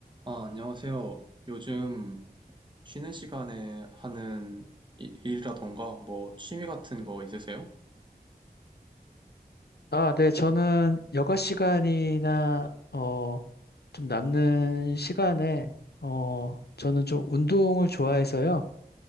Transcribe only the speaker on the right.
아, 안녕하세요. 요즘 쉬는 시간에 하는 일- 일이라던가 뭐 취미 같은 거 있으세요?